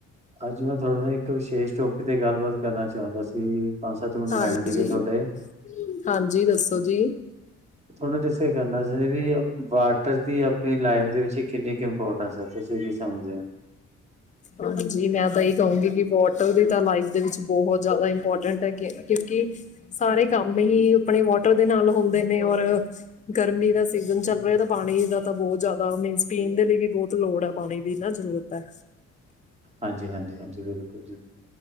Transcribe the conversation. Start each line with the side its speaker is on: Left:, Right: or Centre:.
Right: ਅੱਜ ਮੈਂ ਥਹਾਡੇ ਨਾਲ ਇੱਕ ਵਿਸ਼ੇਸ਼ ਟੋਪਿਕ ਤੇ ਗੱਲਬਾਤ ਕਰਨਾ ਚਾਹੁੰਦਾ ਸੀ ਪੰਜ ਸੱਤ ਮਿੰਟ
Left: ਹਾਂਜੀ
Right: ਲੈਣੇ ਸੀਗੇ ਤੁਹਾਡੇ
Left: ਹਾਂਜੀ ਦੱਸੋ ਜੀ
Right: ਥੋ ਡਿਸਕਸ ਕਰਨਾ ਸੀ ਵੀ ਵਾਟਰ ਦੀ ਆਪਣੀ ਲਾਈਫ ਦੇ ਵਿੱਚ ਕਿੰਨੀ ਇੰਪੋਟੈਂਟਸ ਐ ਤੁਸੀ ਕੀ ਸਮਝਦੇ ਹੋ।
Left: ਹਾਂਜੀ ਮੈਂ ਤਾਂ ਇਹ ਕਹੂੰਗੀ ਕਿ ਵਾਟਰ ਦੀ ਤਾਂ ਲਾਈਫ ਦੇ ਵਿੱਚ ਬਹੁਤ ਜ਼ਿਆਦਾ ਇੰਪੋਰਟੈਂਟ ਹੈ ਕਿਉਂਕਿ ਸਾਰੇ ਕੰਮ ਹੀ ਆਪਣੇ ਵਾਟਰ ਦੇ ਨਾਲ ਹੁੰਦੇ ਨੇ ਔਰ ਗਰਮੀ ਦਾ ਸੀਜਨ ਚੱਲ ਰਿਹਾ ਤਾਂ ਪਾਣੀ ਦਾ ਤਾਂ ਬਹੁਤ ਜ਼ਿਆਦਾ ਮੀਨ ਪੀਣ ਦੇ ਲਈ ਵੀ ਬਹੁਤ ਲੋੜ ਹੈ ਪਾਣੀ ਦੀ ਨਾ ਜ਼ਰੂਰਤ ਹੈ।
Right: ਹਾਂਜੀ ਹਾਂਜੀ ਹਾਂਜੀ ਬਿਲਕੁਲ ਜੀ।